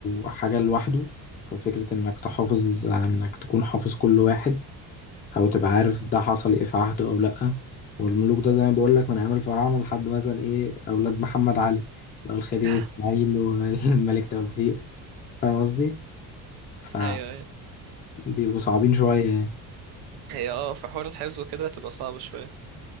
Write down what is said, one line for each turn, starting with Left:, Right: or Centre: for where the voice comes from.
Left: حاجة لوحده ففكرة إنك تحافظ آه، إنك تكون حافظ كل واحد او تبقى عارف ده حصل ايه في عهده او لأ والملوك ده زي ما بقول لك من ايام الفراعنة لحد مثلا ايه اولاد محمد علي اللي هو الخديوي
Right: <laughs>
Left: اسماعيل والملك <laughs> توفيق فاهم قصدي ف
Right: ايوه
Left: بيبقوا صعبين شوية يعني
Right: هي اه في حوار الحفظ وكده تبقى صعبة شوية